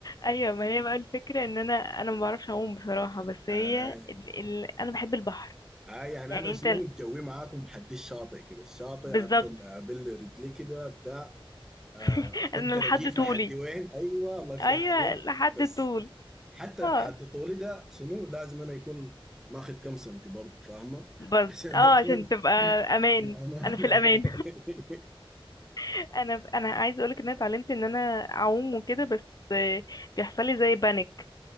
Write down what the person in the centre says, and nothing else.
آي
آي يعني
انا
شنو جوي معاكم حد الشاطئ كده الشاطئ
ادخل ابل رجلي كده بتاع آه
بقدر
اجيف
لحد وين ايوه الله يفتح
عليك
بس
حتى
حد طولي ده شنو لازم انا يكون ماخذ كم سنتي برضه فاهمه
عشان
اكون
<laughs>
في الامانه
<laughs>